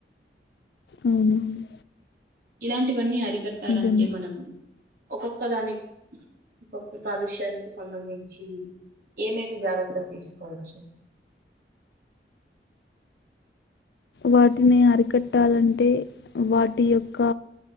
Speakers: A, on the left; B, on the right.
A: అవునవును
B: ఇలాంటివన్నీ అరి చెప్పలంటే
A: నిజమే
B: మన ఒక్కొక్క దాని ఒక్కొక్క కాలుష్యానికి సంబంధించి ఏమేమి జాగ్రత్తలు తీసుకోవచ్చు
A: వాటిని అరికట్టాలంటే వాటి యొక్క